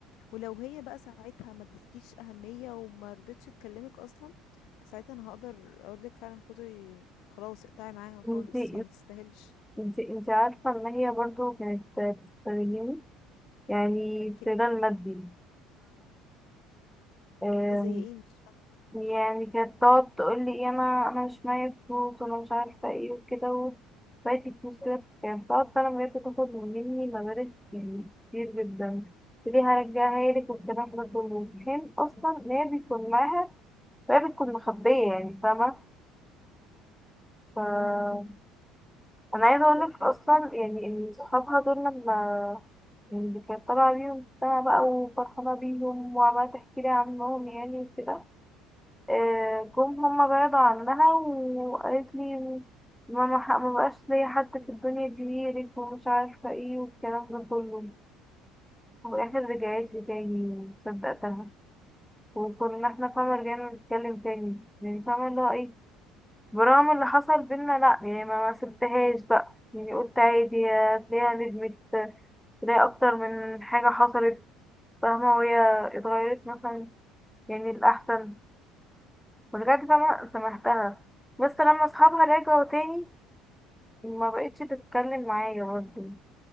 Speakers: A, on the left; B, in the centre.
A: ولو هي بقى ساعتها ما ادتكيش اهميه وما رضتش تكلمك اصلا فساعتها انا هقدر اقولك فعلا خدي خلاص اقطعي معاها خالص
B: انتي
A: هي ما تستاهلش
B: انتي انتي عارفة ان هي برضو كانت بتستغلني يعني استغلال
A: ك-
B: مادي فاهمة
A: زي ايه مش فاهمه
B: يعني كانت تقعد تقول لي إيه، انا انا مش معايا فلوس وانا مش عارفه ايه وكده وبقيت الفلوس كده كانت بتقعد فعلا بجد تاخد مني مبالغ يعني كتير جدا ليه هرجعها لك والكلام ده كله في حين اصلا ان هي بيكون معاها وهي بتكون مخبيه يعني فاهمه ف
A: اه فاهمكي
B: انا عايزه اقول لك اصلا يعني ان صحابها دول لما يعني كانت طالعه بيهم السما بقى وفرحانه بيهم وعماله تحكي لي عنهم يعني وكده آه، جم هما بعدوا عنها وقالت لي ما ما ح- ما بقاش ليا حد في الدنيا غيرك ومش عارفة ايه والكلام ده كله وفي الآخر رجعت لي تاني صدقتها وكنا احنا فاهمة رجعنا نتكلم تاني يعني فاهمة اللي هو ايه برغم اللي حصل بينا لأ يعني ما ما سبتهاش بقى يعني قلت عادي هتلاقيها ندمت تلاقي أكتر من حاجة حصلت فاهمة وهي اتغيرت مثلا يعني الأحسن بجد فاهمة سامحتها بس لما اصحابها رجعوا تاني ما بقتش تتكلم معايا برضه